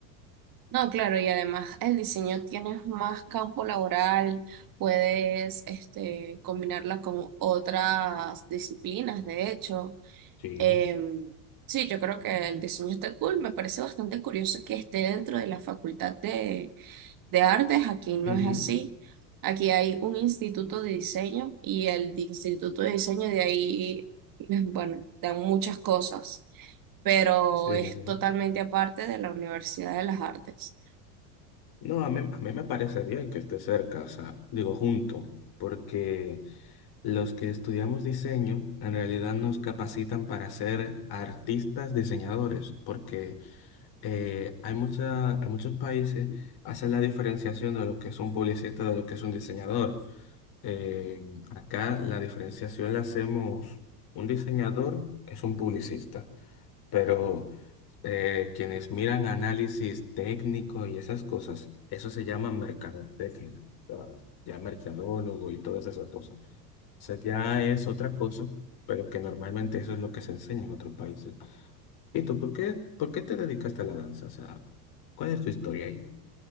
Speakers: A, on the right; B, on the left.
A: No, claro, y además el diseño tienes más campo laboral, puedes este, combinarla con otras disciplinas, de hecho.
B: Sí.
A: Em, sí, yo creo que el diseño está cool, me parece bastante curioso que esté dentro de la facultad de, de artes, aquí no
B: Ujú.
A: es así. Aquí hay un instituto de diseño y el di- instituto de diseño de ahí, <laughs> bueno, dan muchas cosas, pero
B: Sí,
A: es
B: sí. sí.
A: totalmente aparte de la Universidad de las Artes.
B: No, a mí, a mí me parece bien que esté cerca, o sea, digo junto, porque los que estudiamos diseño en realidad nos capacitan para ser artistas diseñadores, porque eh, hay mucha, en muchos países hacen la diferenciación de lo que es un publicista de lo que es un diseñador. Eh, acá la diferenciación la hacemos, un diseñador es un publicista. pero eh, quienes miran análisis técnico y esas cosas, eso se llama mercadotecnia, o sea, ya mercadólogo y todas esas cosas. O sea, ya es otra cosa, pero que normalmente eso es lo que se enseña en otros países. ¿Y tú por qué, por qué te dedicaste a la danza? O sea, ¿cuál es tu historia ahí?